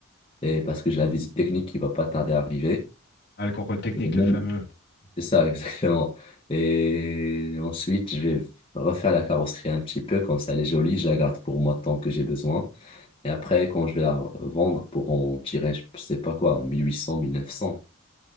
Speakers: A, on the left (about 25°); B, on the left (about 50°).
A: Et parce que j'ai la visite technique qui va pas tarder à arriver.
B: Ah, le contrôle technique,
A: Et même-
B: le fameux.
A: C'est ça, <laughs> exactement. Et ensuite, je vais refaire la carrosserie un petit peu, comme ça elle est jolie, je la garde pour moi tant que j'ai besoin. Et après, quand je vais la vendre pour en tirer, je sais pas quoi, 1800, 1900.